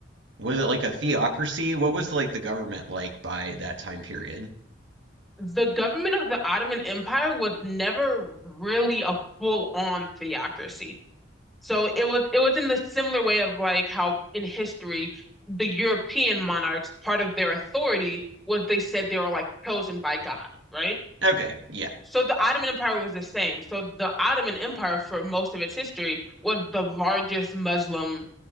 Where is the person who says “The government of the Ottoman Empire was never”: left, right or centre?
Centre